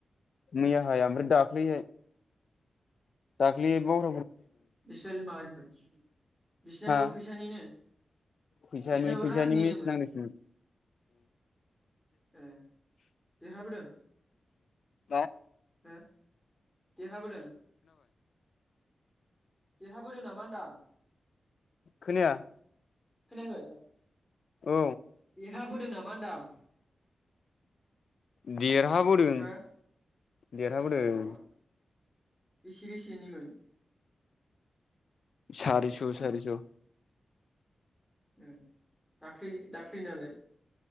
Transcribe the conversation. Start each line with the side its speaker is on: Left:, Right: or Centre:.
Left: मैयाहाय ओमफ्राय दाख्लैहाय दाखलि बाव
Centre: <unintelligible> <unintelligible> बिसिनाबो
Left: हा
Centre: फैसानिनो?
Left: फैसानि
Centre: बिसिनाबो
Left: फैसानि
Centre: रांनिनोमोन
Left: मेस नांनो सिमोन
Centre: ए देरहाबोदों
Left: ओं
Centre: हो देरहाबोदों। देरहाबोदों नामा होनदां?
Left: खोनाया
Centre: खोनायाखै?
Left: औ
Centre: देरहा बोदों नामा होनदां।
Left: देरहाबोदों।
Centre: हो
Left: देरहाबोदों।
Centre: बा बेसे बेसेनिमोन।
Left: सारिस' थु सारि स।
Centre: ओ दाख्लै दाख्लैनालाय।